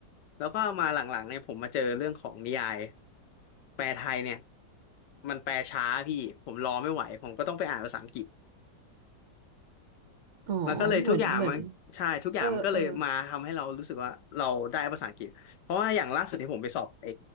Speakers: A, on the left; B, on the right.
A: แล้วก็มาหลังๆเนี่ยผมมาเจอเรื่องของนิยายแปลไทยเนี่ยมันแปลช้าพี่ผมรอไม่ไหวผมก็ต้องไปอ่านภาษาอังกฤษ
B: อ๋อเหมือนเหมือน
A: มันก็เลยทุกอย่างมันใช่ทุกอย่างมันก็เลยมาทำให้เรารู้สึกว่าเราได้ภาษาอังกฤษเพราะว่าอย่างล่าสุดที่ผมไปสอบไอ
B: เออเออ